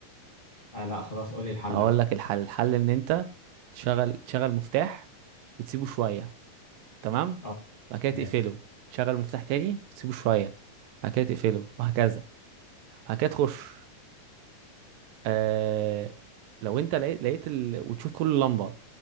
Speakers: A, on the left; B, on the right.
A: آه لا خلاص قول لي الحل
B: هقول
A: بقى
B: لك الحل الحل ان انت تشغل تشغل مفتاح وتسيبه شوية تمام؟
A: اه
B: بعد كده
A: ماشي
B: تقفله تشغل مفتاح تاني وتسيبه شوية بعد كده تقفله وهكذا بعد كده تخش آه... لو انت لقيت, لقيت ال... وتشوف كل لمبة